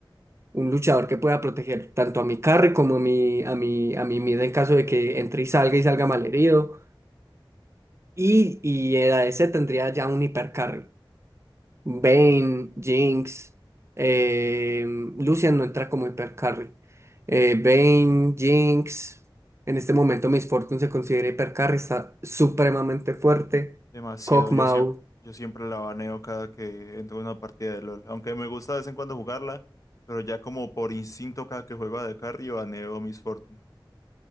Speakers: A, on the right (about 30°); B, on the left (about 40°).
A: un luchador que pueda proteger tanto a mi carry como a mi, a mi, a mi mid en caso de que entre y salga y salga malherido. Y, y el a ese tendría ya un hipercarry. Vayne, Jinx, eh, Lucian no entra como hipercarry. Eh, Vayne, Jinx. En este momento Miss Fortune se considera hipercarry, está supremamente fuerte.
B: Demasiado.
A: Kog'Maw.
B: Yo, siem- yo siempre la baneo cada que entro en una partida de LOL. Aunque me gusta de vez en cuando jugarla, pero ya como por instinto cada que juego a de carry baneo Miss Fortune.